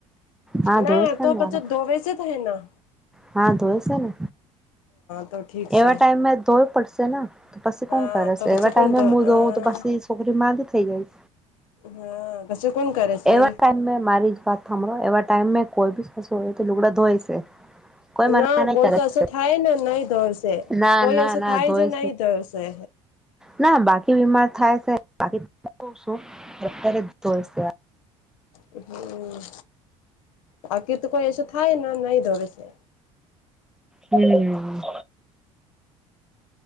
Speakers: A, in the centre; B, on the left.
A: હા
B: ના
A: ધોઈ છે
B: તો
A: ને
B: પછાસ
A: મારા
B: ધોવેસે જ હૈ ના
A: હા ધોય છે ને
B: તો ઠીક
A: એવા
B: છે
A: ટાઈમમાં ધોવ પડશે ને તો પછી
B: હા
A: કોણ કરે
B: તો
A: છે
B: પછી
A: એવા
B: કોણ
A: ટાઈમે
B: ધો
A: હું
B: હા
A: જોઉં તો પછી છોકરી માં જ થઇ જાય.
B: હા પછી કોણ કરે છે
A: એવા ટાઈમ મારી જ વાત થંભરો એવા ટાઈમમે કોઈ બી સાસો હોય તો લુગડા ધોઈ છે. કોઈ મના
B: ના
A: નહી
B: કોઈ
A: કરે
B: તો
A: છે
B: અ થાય ને નઈ ધરશે
A: ના
B: કોઈ
A: ના
B: એશે
A: ના
B: થાય
A: ધોય
B: છે નહી થયશે.
A: ના બાકી બીમાર થાય <unintelligible> અત્યારે જો.
B: હમ બાકી તો કોઈ એસો થાય ને નઈ ધવે છે.
A: હમ.